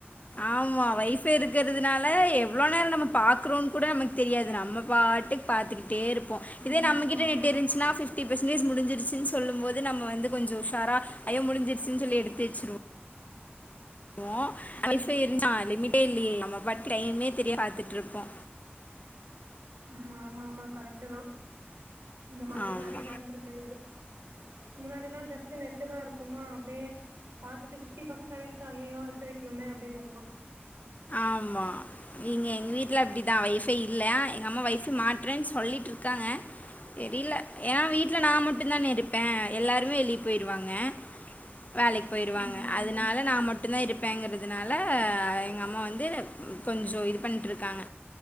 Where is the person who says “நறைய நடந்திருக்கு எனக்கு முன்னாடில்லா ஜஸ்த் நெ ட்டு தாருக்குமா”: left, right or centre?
Right